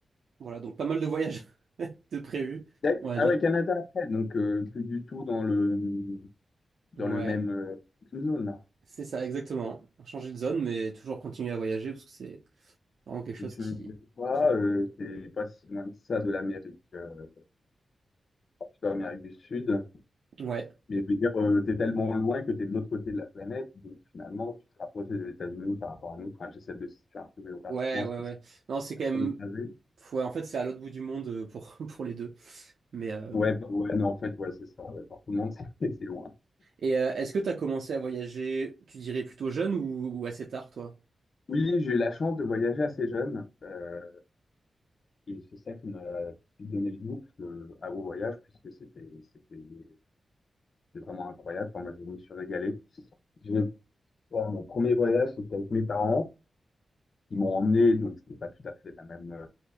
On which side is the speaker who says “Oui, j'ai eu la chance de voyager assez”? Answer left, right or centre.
Left